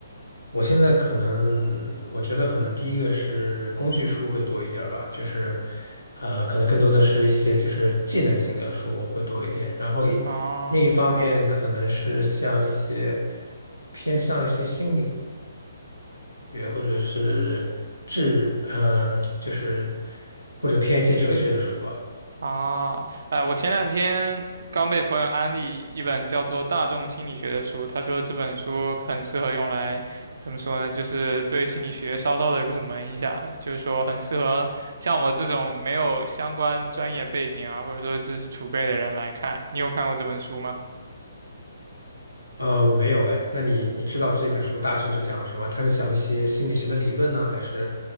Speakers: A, on the left (about 80°); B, on the right (about 55°).
A: 我现在可能，我觉得可能第一个是工具书会多一点儿吧，就是，呃，可能更多的是一些就是技能性的书会多一点，然后一另一方面可能是像一些
B: 啊
A: 偏向一些心理学或者是智，嗯、就是或者偏一些哲学的书吧。
B: 啊，哎，我前两天刚被朋友安利一本叫做《大众心理学》的书，他说这本书很适合用来，怎么说呢？就是对心理学稍稍的入门一下，就是说很适合像我这种没有相关专业背景啊，或者说知识储备的人来看。你有看过这本书吗？
A: 呃，我没有哎，那你你知道这本书大致的是讲什么？它是讲一些心理学的理论呢，还是